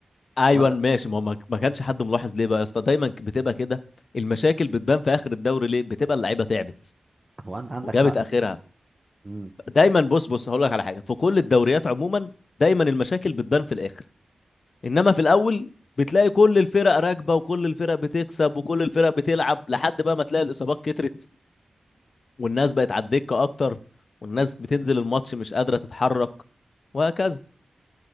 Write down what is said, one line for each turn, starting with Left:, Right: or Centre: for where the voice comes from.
Left: ايوه
Right: مره
Left: ماشي ما هو ما ما كانش حد ملاحظ ليه بقى يا اسطى دايما بتبقى كده المشاكل بتبان في اخر الدوري ليه بتبقى اللعيبه تعبت
Right: هو انت عندك
Left: وجابت
Right: حق
Left: اخرها
Right: امم
Left: دايما بص بص هقول لك على حاجه في كل الدوريات عموما دايما المشاكل بتبان في الاخر انما في الاول بتلاقي كل الفرق راكبه وكل الفرق بتكسب وكل الفرق بتلعب لحد بقى ما تلاقي الاصابات كترت والناس بقت على الدكة اكتر والناس بتنزل الماتش مش قادرة تتحرك وهكذا